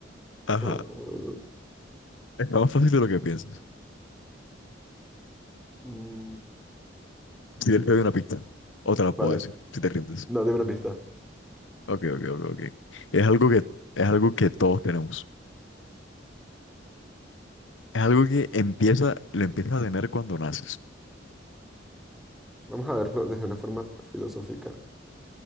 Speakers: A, on the left; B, in the centre.
A: Ajá.
B: Eh,
A: Es más fácil de lo que piensas.
B: mm,
A: Si te doy una pista, o te la puedo
B: Vale.
A: decir, si te rindes.
B: No, dime una pista.
A: Ok, ok, ok, ok. Es algo que, es algo que todos tenemos. Es algo que empieza, lo empiezas a tener cuando naces.
B: Vamos a verlo desde una forma filosófica.